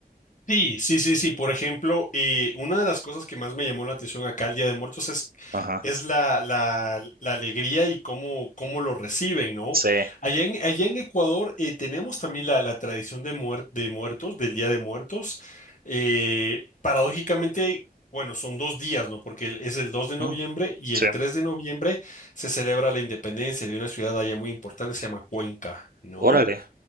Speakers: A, on the left; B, on the right.
A: Sí, sí, sí, sí. Por ejemplo, eh, una de las cosas que más me llamó la atención acá el Día de Muertos es,
B: Ajá,
A: es la, la, la alegría y cómo, cómo lo reciben, ¿no?
B: sí.
A: Allá en, allá en Ecuador eh, tenemos también la, la tradición de, muer- de muertos, del Día de Muertos. Eh, paradójicamente, bueno, son dos días, ¿no? Porque el- es el dos de noviembre
B: Mm,
A: y
B: sí.
A: el 3 de noviembre se celebra la independencia de una ciudad allá muy importante, se llama Cuenca, ¿no?
B: Órale,